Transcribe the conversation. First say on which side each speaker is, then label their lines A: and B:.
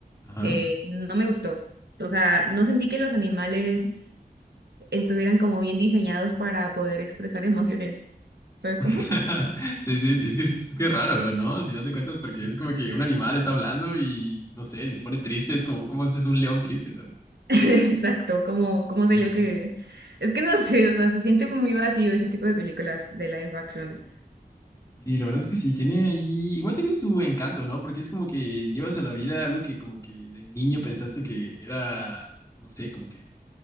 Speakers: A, on the left; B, on the right.
A: Ajá.
B: eh, no me gustó. O sea, no sentí que los animales... estuvieran como bien diseñados para poder expresar emociones. ¿Sabes
A: <laughs>
B: cómo? <laughs>
A: Sí, sí, sí, es que es es que es raro, ¿no? Al final de cuentas, porque es como que un animal está hablando y, no sé, si se pone triste, es como, ¿cómo haces un león triste, ¿sabes?
B: Exacto, como, cómo sé
A: Sí.
B: yo que... Es que no sé, o sea, se siente muy vacío ese tipo de películas de live action.
A: Y la verdad es que sí, tiene ahí, igual tiene su encanto, ¿no? Porque es como que llevas a la vida algo que como que de niño pensaste que era, no sé, como que